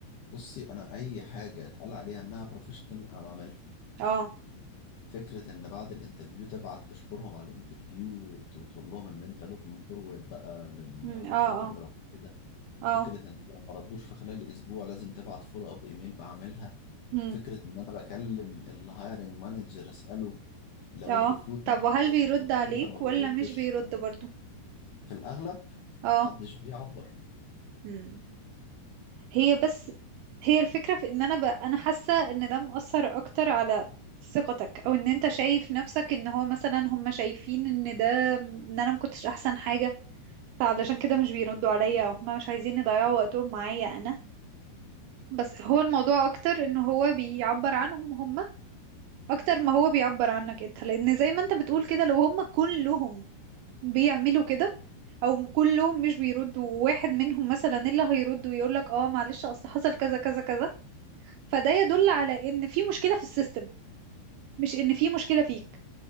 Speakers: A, on the left; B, on the right.
A: بصي انا اي حاجه اتقال عليها انها بروفيشنال انا بعملها
B: اه
A: فكره ان بعد الانترفيو تبعت تشكرهم على الانترفيو وت- وتقول لهم ان انت لوكينج فورورد بقى للخطوات
B: مم. اه اه
A: اللي بعد كده
B: اه
A: فكره ان لو ما ردوش في خلال اسبوع لازم تبعت فولو اب ايميل بعملها
B: مم.
A: فكره ان انا بكلم الهايرنج مانجر اساله لو
B: اه
A: الريكروت
B: طب وهل
A: الريكروتر
B: بيرد عليك
A: ما بيردش
B: ولا مش بيرد برضو
A: في الاغلب
B: اه
A: محدش بيعبر
B: مم. هي بس هي الفكرة في ان انا ب... انا حاسة ان ده مؤثر اكتر على ثقتك او ان انت شايف نفسك ان هو مثلا هم شايفين ان ده ان انا مكنتش احسن حاجة فعلشان كده مش بيردوا عليا او هما مش عايزين يضيعوا وقتهم معايا انا بس هو الموضوع اكتر ان هو بيعبر عنهم هما اكتر ما هو بيعبر عنك انت لان زي ما انت بتقول كده لو هما كلهم بيعملوا كده او كلهم مش بيردوا واحد منهم مثلا اللي هيرد ويقولك اه معلش اصل حصل كذا كذا كذا فده يدل على ان في مشكلة في السيستم مش ان في مشكلة فيك